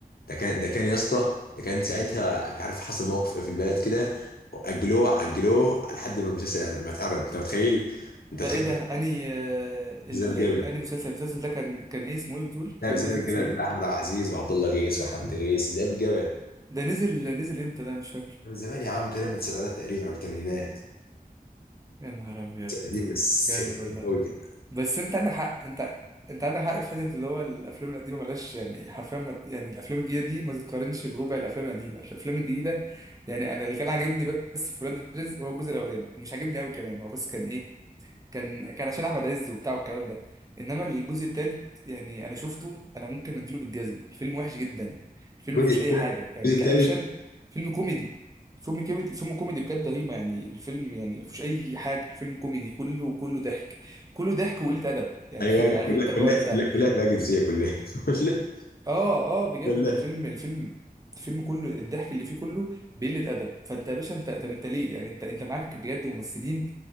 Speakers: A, on the left (about 75°); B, on the right (about 20°).
A: ده كان ده كان يا اسطى ده كان ساعتها مش عارف حصل موقف ايه في البلد كده أجلوه أجلوه لحد ما المسلسل يعني ما اتعرض أنت متخيل أنت
B: ده
A: متخيل
B: ايه ده اني آه، ال...
A: ذئاب الجبل
B: الاني مسلسل المسلسل ده كان كان ايه اسمه ايه بتقول
A: لا
B: كان
A: ذئاب
B: المسلسل
A: الجبل
B: ده اسمه
A: بتاع
B: ايه
A: أحمد عبد العزيز وعبد الله غيث وحمد غيث ذئاب الجبل
B: ده نزل نزل امتى ده مش فاكر
A: من زمان يا عم تقريبا من السبعينات تقريبا او الثمانينات
B: يا نهار ابيض
A: قديم بس
B: جامد
A: قديم
B: والله
A: قوي كده
B: بس انت عندك حق انت انت عندك حق في حته اللي هو الافلام القديمه ملهاش يعني حرفيا ما... يعني الافلام الجديده دي ما تتقارنش بربع الافلام القديمه الافلام الجديده يعني انا اللي كان عاجبني بس في ولاد الرزق هو الجزء الاولاني مش عاجبني قوي كمان هو بس كان ايه كان كان عشان احمد عز وبتاع والكلام ده انما الجزء الثالث يعني انا شفته انا ممكن اديله بالجزم الفيلم وحش جدا الفيلم
A: الجزء
B: ما فيهوش
A: الثاني
B: اي حاجه يعني
A: الجزء
B: كاكشن
A: الثالث
B: فيلم كوميدي فيلم كوميدي فيلم كوميدي بجد رهيبه يعني الفيلم يعني ما فيهوش اي حاجه الفيلم كوميدي كله كله ضحك كله ضحك وقله ادب يعني
A: ايوه
B: <laughs>
A: أنا كلها
B: عارف انت
A: كلها
B: اللي هو انت
A: كلها كلها فيها جنسيه كلها <laughs> كلها
B: اه اه بجد
A: كلها
B: الفيلم الفيلم الفيلم كله الضحك اللي فيه كله بقله ادب فانت يا باشا انت طب انت ليه يعني انت انت معاك بجد ممثلين